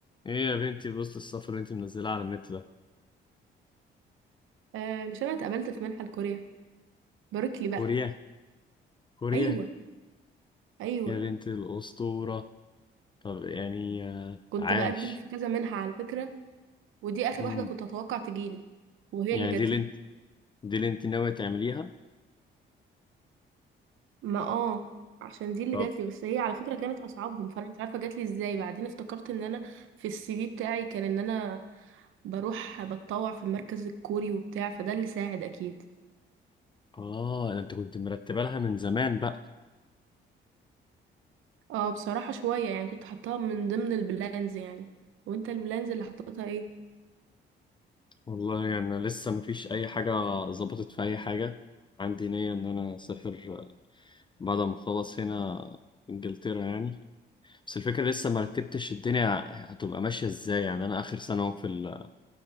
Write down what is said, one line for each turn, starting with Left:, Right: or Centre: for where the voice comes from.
Left: ايه يا بنتي بوست السفر اللي انت منزلها على النت ده
Right: آه مش انا اتقبلت في منحة لكوريا باركلي بقى
Left: كوريا كوريا
Right: ايوه ايوه
Left: يا بنت الأسطورة طب يعني آه،
Right: كنت
Left: عاش
Right: بقدم في كذا منحة على فكرة ودي اخر
Left: مم.
Right: واحدة كنت اتوقع تجيلي وهي
Left: يعني
Right: اللي جاتلي
Left: دي اللي انت دي اللي انت ناوية تعمليها
Right: ما اه عشان دي اللي
Left: طب
Right: جاتلي بس هي على فكرة كانت اصعبهم فانا مش عارفة جاتلي ازاي بعدين افتكرت ان انا في السي في بتاعي كان ان انا بروح بتطوع في المركز الكوري وبتاع فده اللي ساعد اكيد
Left: اه ده انت كنت مرتبة لها من زمان بقى
Right: اه بصراحة شوية يعني كنت حطاها من ضمن البلانز يعني وانت البلانز اللي حطيتها ايه
Left: والله يعني انا لسه مفيش اي حاجة ظبطت في اي حاجة عندي نية ان انا اسافر آه، بعد ما اخلص هنا انجلترا يعني بس الفكرة لسه مرتبتش الدنيا هتبقى ماشية ازاي يعني انا اخر سنة اهو في ال-